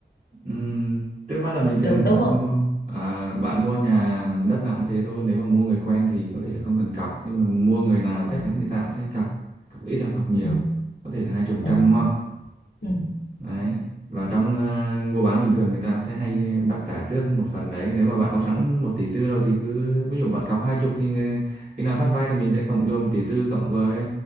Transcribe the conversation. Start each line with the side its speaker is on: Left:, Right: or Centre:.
Right: Ừ. Trước mắt là bình thường
Left: được đúng
Right: mình hay
Left: không
Right: mua à, bạn mua nhà đất nào cũng thế thôi nếu mà mua người quen thì có thể là không cần cọc nhưng mà mua người nào
Left: ừ
Right: chắc chắn người ta cũng sẽ cọc cọc ít hoặc cọc nhiều
Left: ừ
Right: có thể là hai chục
Left: ừ
Right: trăm đúng không
Left: ừ.
Right: đấy và trong ờ, mua bán bình thường người ta cũng sẽ hay bắt trả trước một phần đấy nếu mà bạn có sẵn một tỷ tư rồi thì cứ ví dụ bạn cọc hai chục thì người- khi nào phát vay thì mình sẽ cộng dồn tỷ tư cộng với